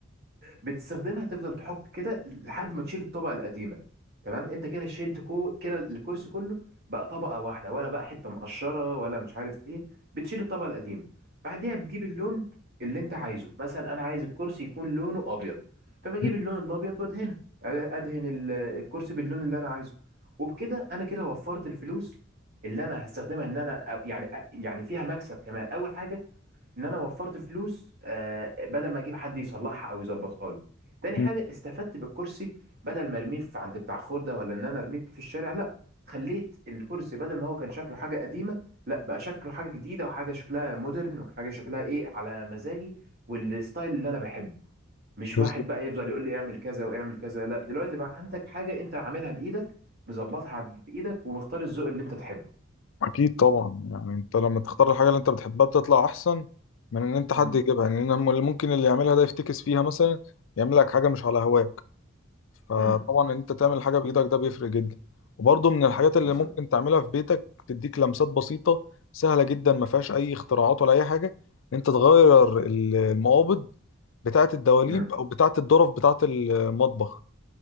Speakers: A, on the right (about 50°); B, on the left (about 65°).
A: بتستخدمها تفضل تحك كده لحد ما تشيل الطبقه القديمه تمام انت كده شيلت كو كده الكرسي كله بقى طبقه واحده ولا بقى حته مقشره ولا مش عارف ايه بتشيل الطبقه القديمه بعديها بتجيب اللون اللي انت عايزه مثلا انا عايز الكرسي يكون لونه ابيض فبجيب
B: مم.
A: اللون الابيض وادهنها ادهن ال- الكرسي باللون اللي انا عايزه وبكده انا كده وفرت الفلوس اللي انا هستخدمها ان انا أ- يعني أ- يعني فيها مكسب كمان اول حاجه ان انا وفرت فلوس آه، بدل ما اجيب حد يصلحها او يظبطها لي تاني
B: مم.
A: حاجه استفدت بالكرسي بدل ما ارميه في عند بتاع خردة ولا ان انا ارميه في الشارع لا خليت الكرسي بدل ما هو كان شكله حاجه قديمه لا بقى شكله حاجه جديده وحاجه شكلها مودرن وحاجه شكلها ايه على مزاجي والستايل اللي انا بحبه مش
B: بالظبط
A: واحد بقى يفضل يقول لي اعمل كذا واعمل كذا لا دلوقتي بقى عندك حاجه انت عاملها بايدك مظبطها بايدك ومختار الذوق اللي انت تحبه
B: اكيد طبعا يعني انت لما تختار الحاجة اللي انت بتحبها بتطلع احسن من ان انت حد
A: امم
B: يجيبها يعني إن هم- اللي ممكن اللي يعملها ده يفتكس فيها مثلا يعمل لك حاجة مش على هواه فطبعا
A: امم
B: ان انت تعمل حاجه بايدك ده بيفرق جدا وبرضه من الحاجات اللي
A: بالظبط
B: ممكن تعملها في بيتك تديك لمسات بسيطه سهله جدا ما فيهاش اي اختراعات ولا اي حاجه ان انت تغير المقابض بتاعه الدواليب
A: امم
B: او بتاعه الظرف بتاعه المطبخ